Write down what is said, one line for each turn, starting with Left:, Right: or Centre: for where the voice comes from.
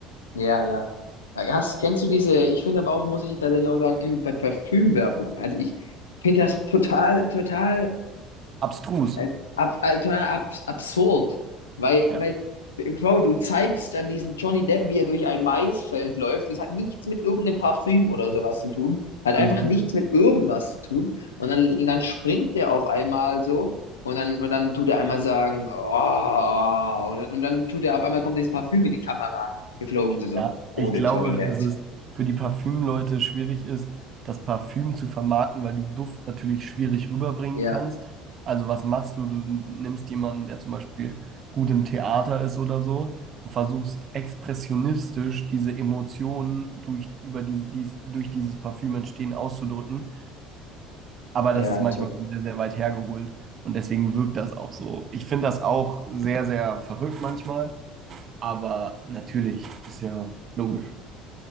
Left: ja, ja. Ja, Hast, kennst du diese, ich finde aber auch, muss ich tatsächlich auch sagen, in, bei Parfümwerbung. Also ich finde das total, total
Right: Abstrus.
Left: Äh, Ab, äh, total abs absurd. Weil,
Right: Ja.
Left: weil, wow, du zeigst dann diesen Johnny Depp, wie er durch ein Maisfeld läuft. Das hat nichts mit irgendeinem Parfüm oder sowas zu tun. Hat einfach
Right: Mhm.
Left: nichts mit irgendwas zu tun. Und dann, und dann springt der auf einmal so. Und dann, und dann tut er einmal sagen, oh, und, dann- und dann tut er auf einmal kommt dieses Parfüm in die Kamera geflogen. So, so,
Right: Ja, ich
Left: oh, the
Right: glaube,
Left: toilet.
Right: dass es für die Parfümleute schwierig ist, das Parfüm zu vermarkten, weil du Duft natürlich schwierig rüberbringen
Left: Ja,
Right: kannst. Also was machst du? Du nimmst jemanden, der zum Beispiel gut im Theater ist oder so und versuchst expressionistisch diese Emotionen durch, über diese, dies, durch dieses Parfüm entstehen auszudrücken. Aber
Left: ja,
Right: das ist manchmal
Left: ich check.
Right: schon sehr, sehr weit hergeholt und deswegen wirkt das auch so. Ich finde das auch sehr, sehr verrückt manchmal, aber natürlich ist ja logisch.